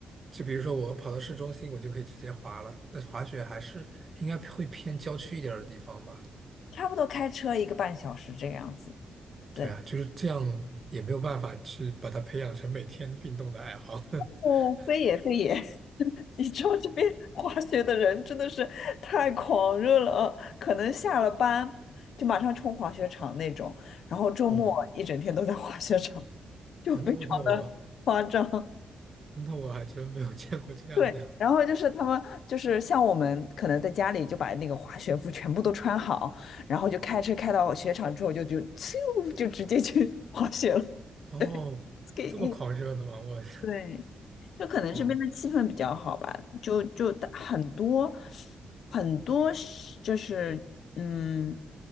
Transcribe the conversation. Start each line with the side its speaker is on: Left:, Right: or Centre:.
Right: 就比如说我跑到市中心，我就可以直接滑了。那滑雪还是应该会偏郊区一点儿的地方吧？
Left: 差不多开车一个半小时这个样子。对，
Right: 对啊，就是这样，也没有办法去把它培养成每天运动的爱好。
Left: 哦，
Right: <laughs>
Left: 非也非也，<laughs> 你知道这边 <laughs> 滑雪的人真的是太狂热了啊，可能下了班就马上冲滑雪场那种，然后周末一整天都在滑雪场，
Right: 哦
Left: 就非常的夸张。
Right: 哦，那我那我那我还真没有见过这样的
Left: 对，然后就是他们就是像我们可能在家里就把那个滑雪服全部都穿好，然后就开车开到雪场之后就就咻就直接去滑雪了。
Right: 哦，
Left: <laughs> 对，
Right: 这么狂热的吗？
Left: 给
Right: 我
Left: 对，就可能这边的气氛比较好吧，
Right: <laughs> 哦
Left: 就就大很多很多是就是嗯，